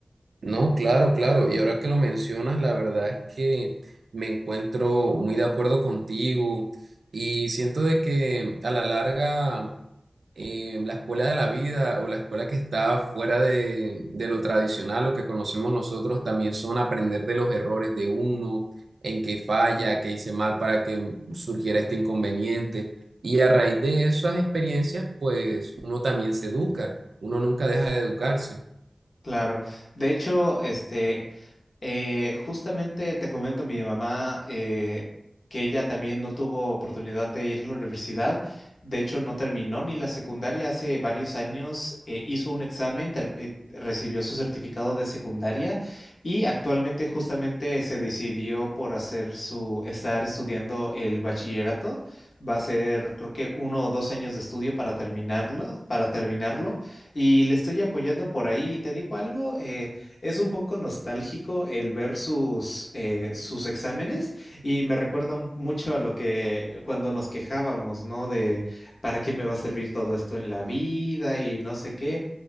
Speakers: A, on the right (about 85°); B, on the left (about 70°).
A: No, claro, claro. Y ahora que lo mencionas, la verdad es que me encuentro muy de acuerdo contigo y siento de que a la larga eh, la escuela de la vida o la escuela que está fuera de, de lo tradicional, lo que conocemos nosotros, también son aprender de los errores de uno, en qué falla, qué hice mal para que surgiera este inconveniente. Y a raíz de esas experiencias, pues uno también se educa, uno nunca deja de educarse.
B: Claro. De hecho, este, Eh, justamente te comento mi mamá eh, que ella también no tuvo oportunidad de ir a la universidad. De hecho, no terminó ni la secundaria. Hace varios años eh, hizo un examen, ter- eh, recibió su certificado de secundaria y actualmente justamente se decidió por hacer su, estar estudiando el bachillerato. Va a ser, creo que uno o dos años de estudio para terminarlo, para terminarlo. Y le estoy apoyando por ahí. ¿Te digo algo? eh, es un poco nostálgico el ver sus, eh, sus exámenes y me recuerda un- mucho a lo que cuando nos quejábamos, ¿no? De para qué me va a servir todo esto en la vida y no sé qué.